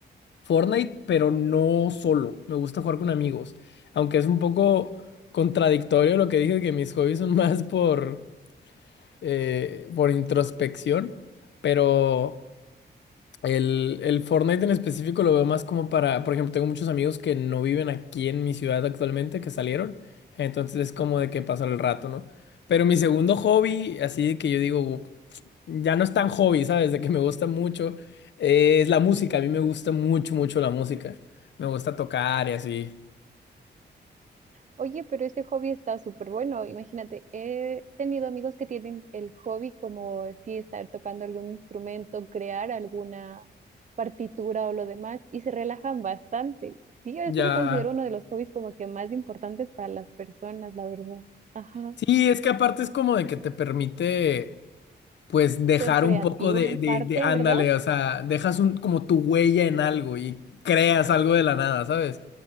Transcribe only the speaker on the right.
Oye, pero ese hobby está súper bueno. Imagínate, he tenido amigos que tienen el hobby como sí estar tocando algún instrumento, crear alguna partitura o lo demás y se relajan bastante. Sí, yo
sí lo considero uno de los hobbies como que más importantes para las personas, la verdad. Ajá,
ser creativo
en
parte,
¿verdad?